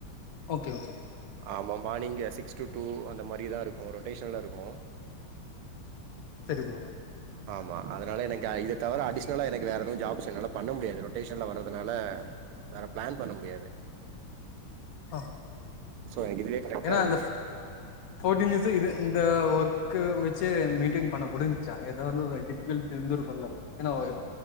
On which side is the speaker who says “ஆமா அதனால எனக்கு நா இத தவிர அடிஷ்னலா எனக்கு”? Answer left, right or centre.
Right